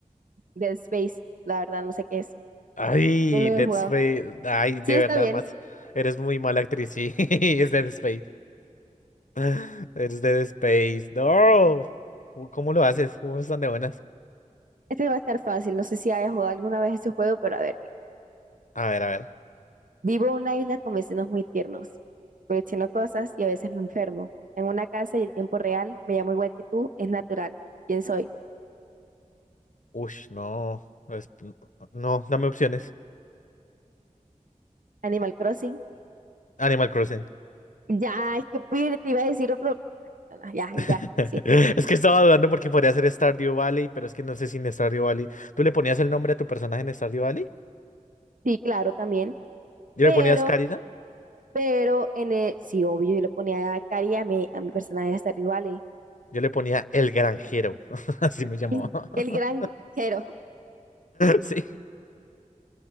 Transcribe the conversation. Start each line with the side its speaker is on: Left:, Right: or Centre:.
Right: Dead Space, la verdad, no sé qué es,
Left: Ay,
Right: no lo he
Left: Dead
Right: jugado.
Left: Space. Ay,
Right: Sí,
Left: de
Right: está
Left: verdad,
Right: bien,
Left: más. Eres muy mala actriz, sí. <laughs> Es Dead Space. <laughs> Eres Dead Space. No. Uy, ¿Cómo lo haces? ¿Cómo están de buenas?
Right: este va a estar fácil, no sé si haya jugado alguna vez ese juego, pero a ver.
Left: A ver, a ver.
Right: Vivo en una isla con vecinos muy tiernos. Colecciono cosas y a veces me enfermo. En una casa y el tiempo real, me llamo igual que tú, es natural. ¿Quién soy?
Left: Ush, no. Es- No, dame opciones.
Right: Animal Crossing.
Left: Animal Crossing.
Right: Ya, es que pide, te iba a decir otro. no, no, Ya,
Left: <laughs>
Right: ya, sí.
Left: Es que estaba dudando porque podría ser Stardew Valley, pero es que no sé si en Stardew Valley. ¿Tú le ponías el nombre a tu personaje en Stardew Valley?
Right: Sí, claro, también.
Left: ¿Y
Right: Pero,
Left: le ponías Carita?
Right: pero, en el... sí, obvio, yo le ponía a Cari a mi, a mi personaje de Stardew Valley.
Left: Yo le ponía el granjero, <laughs> así me llamaba.
Right: <laughs>
Left: <laughs>
Right: El gran Jero.
Left: Sí,